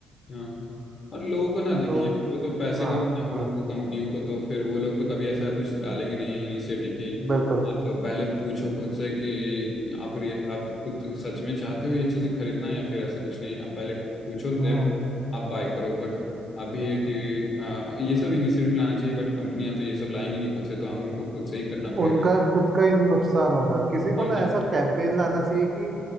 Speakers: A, on the left; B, on the right.
A: हाँ और लोगों को ना देखिए
B: तो
A: वो तो पैसे
B: हाँ
A: कमाएंगे वो
B: हाँ
A: लोग को कंपनियों को तो फिर वो लोग तो कभी ऐसा कुछ डालेंगे नहीं इनिशिएटिव की
B: बिल्कुल
A: आप पहले पूछो खुद से कि आप रि- आप खुद सच में चाहते हो ये चीज़ खरीदना या फिर ऐसा कुछ नहीं आप पहले पूछो
B: हाँ
A: देन आप बाय करो बट अभी ये कि आ, ये सब इनिशिएटिव लाना चाहिए बट कंपनियां तो ये सब लाएंगी नहीं खुद से तो हमको खुद से ही करना पड़ेगा
B: उनका खुद का ही नुकसान होगा किसी को
A: और
B: ना ऐसा कैंपेन लाना चाहिए कि